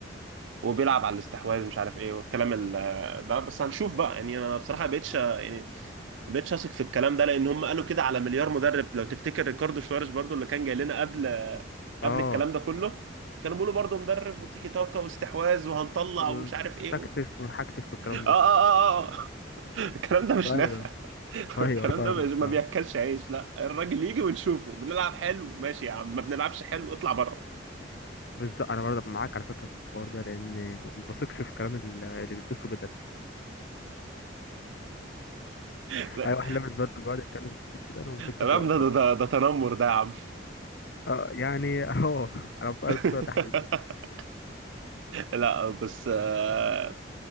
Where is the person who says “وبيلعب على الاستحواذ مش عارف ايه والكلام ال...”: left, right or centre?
Right